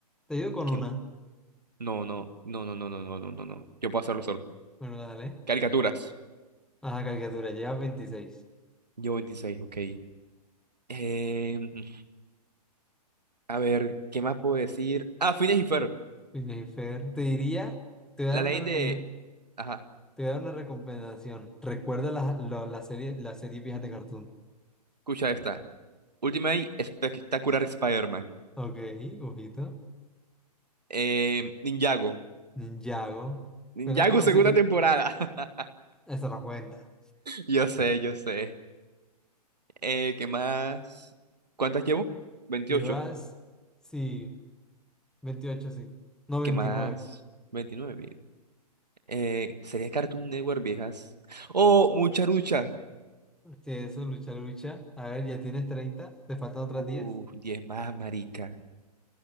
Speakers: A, in the centre; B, on the right (about 90°).
A: Te ayudo con
B: que...
A: una.
B: No, no, no, no, no, no, no, no, no, no. Yo puedo hacerlo solo.
A: Bueno, dale.
B: Caricaturas.
A: Ajá, caricatura. Llevas 26.
B: Yo veintiséis ok. Em, a ver, ¿qué más puedo decir? Ah, Phineas y Ferb.
A: Phineas y Fer. Te diría, te voy
B: La
A: a dar
B: ley
A: una recomendación.
B: de... Ajá,
A: Te voy a dar una recomendación. Recuerda las lo- la serie, la serie vieja de Cartoon.
B: escucha esta. Ultimate Spectacular Spider-Man.
A: Ok, ojito.
B: Em, Ninjago.
A: Ninjago.
B: Ninjago,
A: Bueno, bueno,
B: segunda
A: sí, bueno,
B: temporada. <laughs>
A: esa la cuenta.
B: Yo sé, yo sé. Eh, ¿qué más? ¿Cuántas llevo? veintiocho
A: Llevas, sí, veintiocho sí. No, 29.
B: ¿Qué más? veintinueve bien. Eh, ¿sería Cartoon Network, viejas? Oh, mucha lucha.
A: Sí, eso, lucha, lucha. A ver, ya tienes 30. Te faltan otras
B: Uh,
A: 10.
B: 10 más, marica.